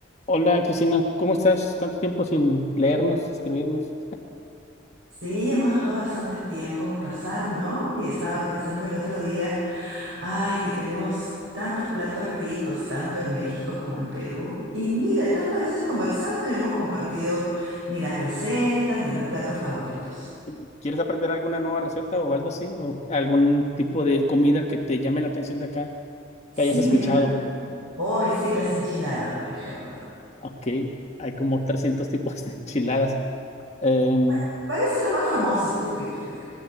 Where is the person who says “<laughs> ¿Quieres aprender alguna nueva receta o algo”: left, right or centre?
Left